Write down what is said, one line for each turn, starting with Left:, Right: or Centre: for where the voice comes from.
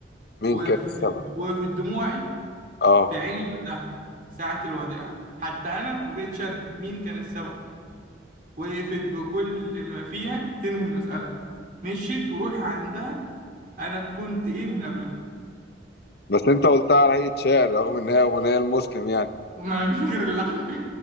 Left: مين
Right: وقفت
Left: كان السبب
Right: وقفت دموعي
Left: اه
Right: في عيني وقتها ساعة الوداع حتى أنا ما بقتش أنا مين كان السبب وقفت بكل ما فيها تنهي المسألة مشيت وروحي عندها أنا كنت إيه من قبلها
Left: بس انت قلتها على هيئه شعر رغم ان هي اغنيه المسلم يعني
Right: ما أنا مش فاكر اللحن